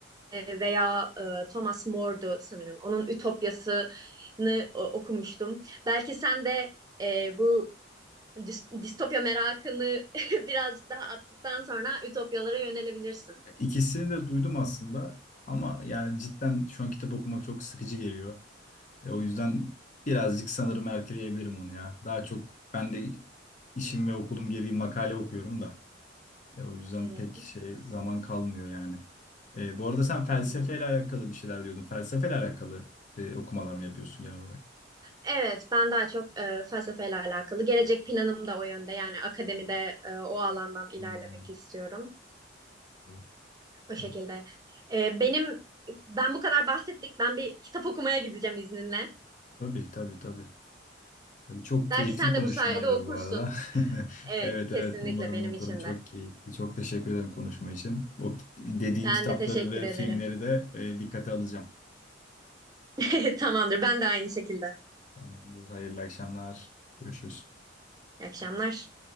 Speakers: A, on the right; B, on the left.
A: e, veya e, Thomas More'du sanırım. Onun Ütopyası'nı e, okumuştum. Belki sen de e, bu dis- distopya merakını <laughs> birazcık daha attıktan sonra ütopyalara yönelebilirsin.
B: İkisini de duydum aslında ama yani cidden şu an kitap okumak çok sıkıcı geliyor. E, o yüzden birazcık sanırım erteleyebilirim onu ya. Daha çok ben de işim ve okulum gereği makale okuyorum da. E, o yüzden
A: Evet.
B: pek şey zaman kalmıyor yani. E, bu arada sen felsefeyle
A: Anladım.
B: alakalı bir şeyler diyordun. Felsefeyle alakalı e, okumalar mı yapıyorsun genel olarak?
A: Evet, ben daha çok e, felsefeyle alakalı. Gelecek planım da o yönde. Yani akademide e, o alandan ilerlemek
B: Hmm,
A: istiyorum.
B: anladım,
A: O şekilde.
B: anladım.
A: E, benim ben bu kadar bahsettik. Ben bir kitap okumaya gideceğim izninle.
B: Tabii tabii tabii. Tabii çok
A: Belki
B: keyifli
A: sen
B: bir konuşmaydı
A: de bu sayede okursun.
B: bu arada. <laughs>
A: Evet,
B: Evet
A: kesinlikle
B: evet umarım
A: benim
B: okurum
A: için
B: çok
A: de.
B: keyifli. Çok teşekkür ederim konuşma için. O dediğin
A: Ben
B: kitapları
A: de teşekkür
B: ve
A: ederim.
B: filmleri de e, dikkate alacağım.
A: <laughs> Tamamdır. Ben de aynı şekilde.
B: Tamamdır. Hayırlı akşamlar. Görüşürüz.
A: İyi akşamlar.